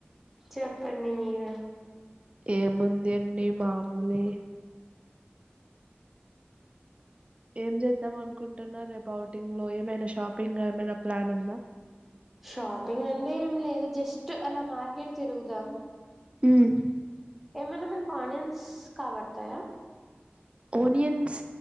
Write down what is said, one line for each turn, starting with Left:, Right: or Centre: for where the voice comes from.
Centre: చెప్పండి మీరే
Right: ఏముంది అండి మాములే ఏం చేద్దాం అనుకుంటున్నరు రేపు ఔటింగ్ లో ఏమైనా షాపింగ్ ఏమైనా ప్లాన్ ఉందా
Centre: షాపింగ్ అంటే ఏం లేదు జస్ట్ అలా మార్కెట్ తిరుగుదాం
Right: మ్
Centre: ఏమైన మనకి ఆనియన్స్ కాబడుతాయా
Right: ఓనియన్స్